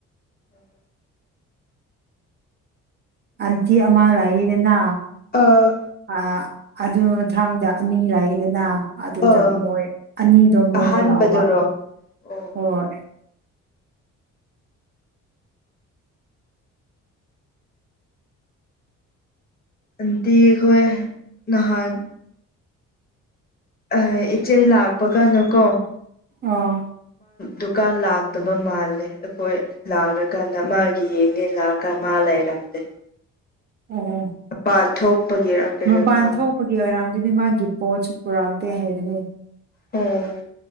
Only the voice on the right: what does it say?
ꯑꯟꯇꯤ ꯑꯃꯥ ꯂꯩꯌꯦꯗꯅ
ꯑ ꯑꯗꯨ ꯃꯊꯪꯗ ꯑꯅꯤ ꯂꯩꯌꯦꯗꯅ ꯑꯗꯨꯗ
ꯃꯣꯏ ꯑꯅꯤꯗꯣ ꯃꯣꯏꯅ
ꯂꯧꯕ
ꯍꯣꯏ
ꯑꯥꯥ
ꯑꯣ
ꯃꯄꯥꯟ
ꯊꯣꯛꯄꯒꯤ ꯑꯣꯏꯔꯝꯒꯅꯤ ꯃꯥꯒꯤ ꯄꯣꯠꯁꯨ ꯄꯨꯔꯛꯇꯦ ꯍꯥꯏꯕꯅꯦ